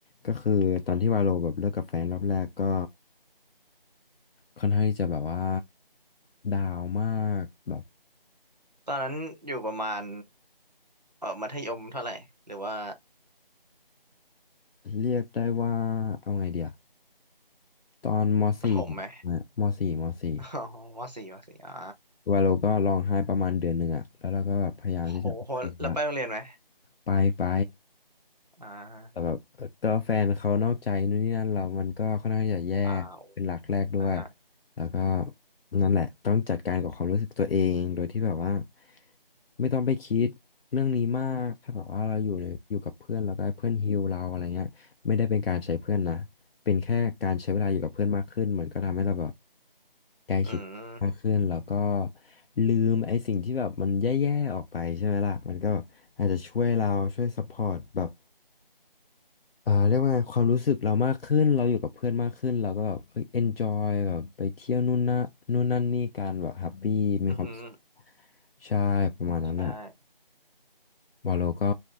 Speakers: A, on the left; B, on the right.
A: ก็คือตอนที่วาโลแบบเลิกกับแฟนรอบแรกก็ค่อนข้างที่จะแบบว่าดาวมากแบบ
B: ตอนนั้นอยู่ประมาณเออมัธยมเท่าไหร่หรือว่า
A: เรียกได้ว่า เอาไงเดียตอนมสี่
B: ประถมไหม
A: นะมสี่มสี่
B: อ๋อมสี่มสี่อ่า
A: ว่าเราก็ร้องไห้ประมาณเดือนหนึ่งอะแล้วเราก็แบบพยายามที่จะโอเคละ
B: โหโห แล้วไปโรงเรียนไหม
A: ไปไป
B: อ่า
A: แต่แบบเอ่อก็แฟนเขานอกใจนู่นนี่นั่นเรามันก็ค่อนข้างจะแย่
B: อ่า
A: เป็นหลักแรกด้วย
B: อ่าฮะ
A: แล้วก็นั่นแหละต้องจัดการกับความรู้สึกตัวเองโดยที่แบบว่าไม่ต้องไปคิดเรื่องนี้มากถ้าแบบว่าเราอยู่ในอยู่กับเพื่อนแล้วก็ให้เพื่อนฮีลเราอะไรเงี้ยไม่ได้เป็นการใช้เพื่อนนะเป็นแค่การใช้เวลาอยู่กับเพื่อนมากขึ้นมันก็ทำให้เราแบบใกล้ชิด
B: อืม
A: มากขึ้นแล้วก็ลืมไอ้สิ่งที่แบบมันแย่ๆออกไปใช่ไหมล่ะมันก็อาจจะช่วยเราช่วยซัพพอร์ตแบบเอ่อเรียกว่าไงความรู้สึกเรามากขึ้นเราอยู่กับเพื่อนมากขึ้นเราก็แบบเอ้ย enjoy แบบไปเที่ยวนู่นนะนู่นนั่นนี่กันแบบแฮปปี้มีความสุข
B: อือหือ
A: ใช่ประมาณนั้นแหละ
B: ใช่
A: วาโลก็